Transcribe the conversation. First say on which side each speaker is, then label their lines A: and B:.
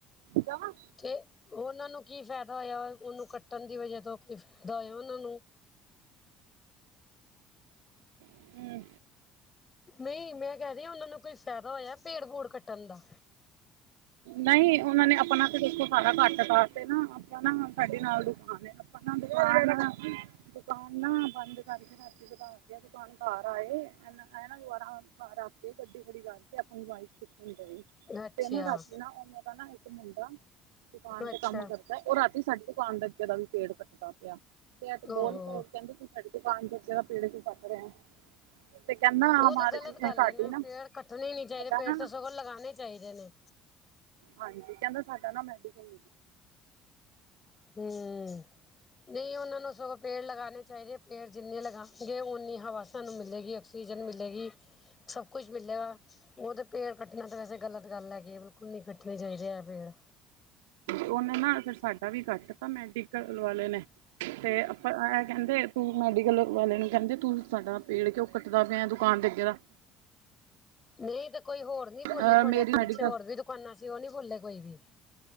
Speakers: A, on the right (about 75°); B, on the left (about 30°).
A: ਜਾਵਾਂ
B: ਤੇ ਉਨਾਂ ਨੂੰ ਕੀ ਫੇਦਾ ਹੋਇਆ ਉਨੂੰ ਕੱਟਣ ਦੀ ਵਜ੍ਹਾ ਤੋਂ ਕੋਈ ਫੇਦਾ ਹੋਇਆ ਉਨਾਂ ਨੂੰ।
A: ਹੂੰ
B: ਨੵਈ ਮੈਂ ਕੈ ਰੀ ਆ ਉਨਾਂ ਨੂੰ ਕੋਈ ਫਾਇਦਾ ਹੋਇਆ ਪੇੜ ਪੂੜ ਕੱਟਣ ਦਾ।
A: ਨਈ ਉਨਾਂ ਨੇ ਆਪਣਾ ਤੇ ਦੇਖੋ ਸਾਰਾ ਕੱਟ ਤਾ ਤੇ ਨਾ ਆਪਾ ਨਾ ਸਾਡੇ ਨਾਲ ਦੀ ਦੁਕਾਨ ਐ ਆਪਾ ਦੁਕਾਨ, ਦੁਕਾਨ ਨਾ ਬੰਦ ਕਰਕੇ ਰਾਤੀ ਦੁਕਾਨ <unintelligible> ਕਾਰ ਆਏ ਐ ਨਾ ਦੁਬਾਰ ਰੱਖ ਕੇ ਗੱਡੀ ਖੜੀ ਕਰਕੇ ਅਪਣੀ ਬਾਈਕ ਚੂਕਨ ਗਏ।
B: ਅੱਛਾ
A: ਤੇ ਨਾ ਰਾਤੀ ਨਾ ਓਨਾ ਦਾ ਨਾ ਇੱਕ ਮੁੰਡਾ ਦੁਕਾਨ
B: ਅੱਛਾ
A: ਤੇ ਕੰਮ ਕਰ ਉਹ ਰਾਤੀ ਸਾਡੀ ਦੁਕਾਨ ਦੇ ਅੱਗੇ ਦਾ ਵੀ ਪੇੜ ਕੱਟਦਾ ਪਿਆ ਐ ਤੇ
B: ਓਹੋ
A: ਬੋਲ ਪਏ ਕੇਦੇ ਤੂੰ ਸਾਡੀ ਦੁਕਾਨ ਦੇ ਅੱਗੇ ਦਾ ਪੇੜ ਕਿਉ ਕੱਟ ਰਿਹਾ। ਕਹਿੰਦਾ
B: ਤੇ ਉਹ
A: ਹਮਾਰੀ
B: ਤੇ ਗਲਤ ਗੱਲ
A: ਸਾਡੀ
B: ਏ ਨਾ ਪੇੜ ਕੱਟਣੇ ਨੀ ਚਾਈਦੇ
A: ਸਾਡਾ
B: ਪੇੜ ਤੇ
A: ਨਾ
B: ਸਗੋਂ ਲਗਾਣੇ ਚਾਈਦੇ ਨੇ।
A: ਹਾਂਜੀ ਕਹਿੰਦਾ ਸਾਡਾ ਨਾ ਮੈਡੀਕਲ
B: ਹੂੰ, ਨਈ ਉਹਨਾਂ ਨੂੰ ਸਗੋਂ ਪੇੜ ਲਗਾਣੇ ਚਾਹੀਦੇ ਪੇੜ ਜਿੰਨੇ ਲਗਾਣਗੇ ਓਨੀ ਹਵਾ ਸਾਨੂੰ ਮਿਲੇਗੀ ਆਕਸੀਜਨ ਮਿਲੇਗੀ ਸਭ ਕੁਛ ਮਿਲੇਗਾ ਉਹ ਤੇ ਪੇੜ ਕੱਟਣਾ ਤਾ ਵੈਸੇ ਗਲਤ ਗੱਲ ਹੈਗੀ ਏ ਬਿਲਕੁਲ ਨੀਂ ਕੱਟਣੇ ਚਾਹੀਦੇ ਏ ਪੇੜ
A: ਉਹਨੇ ਨਾ ਫੇਰ ਸਾਡਾ ਵੀ ਕੱਟ ਤਾਂ ਮੈਡੀਕਲ ਵਾਲੇ ਨੇ ਤੇ ਆਪਾ ਐਹ ਕਹਿੰਦੇ ਤੂੰ ਮੈਡੀਕਲ ਵਾਲੇ ਨੂੰ ਕਹਿੰਦੇ ਤੂੰ ਸਾਡਾ ਪੇੜ ਕਿਉਂ ਕੱਟਦਾ ਪਿਆ ਦੁਕਾਨ ਦੇ ਅੱਗੇ ਦਾ
B: ਨਹੀਂ ਤੇ ਕੋਈ ਹੋਰ ਨੀ
A: ਅ
B: ਬੋਲਿਆ ਤੁਹਾਡੇ
A: ਮੇਰੀ
B: ਅੱਗੇ ਪਿੱਛੇ
A: ਮੈਡੀਕਲ
B: ਹੋਰ ਵੀ ਦੁਕਾਨਾਂ ਸੀ ਉਹ ਨੀ ਬੋਲੇ ਕੋਈ ਵੀ